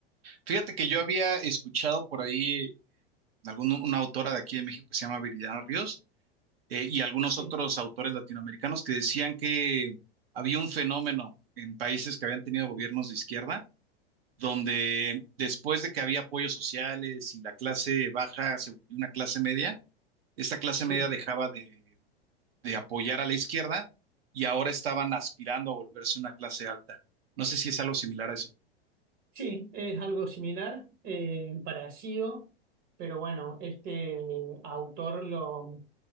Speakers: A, on the right; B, on the right.
A: Fíjate que yo había escuchado por ahí eh, algún, una autora de aquí de México que se llama Viridiana Ríos eh, y algunos
B: Sí,
A: otros autores latinoamericanos que decían que había un fenómeno en países que habían tenido gobiernos de izquierda, donde después de que había apoyos sociales y la clase baja se volvió una clase media, esta clase
B: sí,
A: media dejaba de de apoyar a la izquierda y ahora estaban aspirando a volverse una clase alta. No sé si es algo similar a eso.
B: sí, es algo similar, eh, parecido, pero bueno, este autor lo